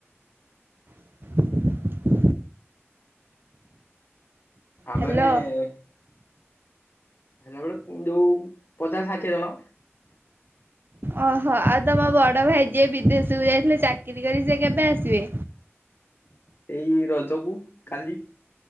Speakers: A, on the right (about 50°); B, on the left (about 50°).
A: <unintelligible>
B: ଆମାନେ
A: ହ୍ୟାଲୋ
B: ଏ ଏ ହେଲା ବେଳକୁଁ ଯୋଉ ପଚାଶ ଷାଠିଏ ଜଣ
A: ଓହୋ ଆଉ ତମ ବଡ଼ ଭାଇ ଯିଏ ବିଦେଶକୁ ଯାଇଥିଲେ ଚାକିରୀ କରି ସିଏ କେବେ ଆସିବେ?
B: ଏଇ ରଜକୁ କାଲି।